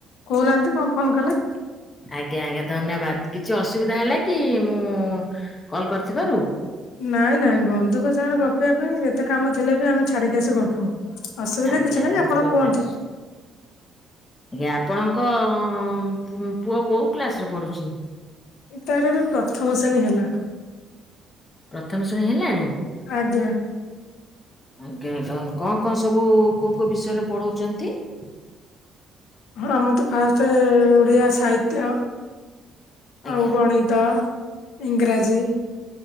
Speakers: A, on the left (about 75°); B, on the left (about 20°).
A: କହୁନାହାନ୍ତି କଣ ଫୋନ କଲେ?
B: ଆଜ୍ଞା ଆଜ୍ଞା ଧନ୍ୟବାଦ। କିଛି ଅସୁବିଧା ହେଲା କି ମୁଁ କଲ୍ କରିଥିବାରୁ?
A: ନାଇଁ ନାଇଁ ବନ୍ଧୁଙ୍କ ସାଙ୍ଗରେ ଗପିବା ପାଇଁ ଯେତେ କାମ ଥିଲେ ବି ଆମେ ଛାଡିକି ଆସି ଗପୁ। ଅସୁବିଧା
B: ଆଜ୍ଞା
A: କିଛି ନାହିଁ।
B: ବହୁତ
A: ଆପଣ
B: ବହୁତ
A: କୁହନ୍ତୁ।
B: ଧନ୍ୟବାଦ। ଆଜ୍ଞା ଆପଣଙ୍କ ପୁ ପୁଅ କୋଉ କ୍ଳାସ ରେ ପଢୁଛି?
A: ତାର ବି ପ୍ରଥମ ଶ୍ରେଣୀ ହେଲା।
B: ପ୍ରଥମ ଶ୍ରେଣୀ ହେଲାଣି।
A: ଆଜ୍ଞା
B: ଆଜ୍ଞା କଣ କଣ ସବୁ କୋଉ କୋଉ ବିଷୟରେ ପଢଉଛନ୍ତି? <inaudible>
A: ହଁ ଆମର ତ ଫାଷ୍ଟେ ଓଡିଆ ସାହିତ୍ୟ।
B: ଆଜ୍ଞା
A: ଆଉ ଗଣିତ ଇଂରାଜୀ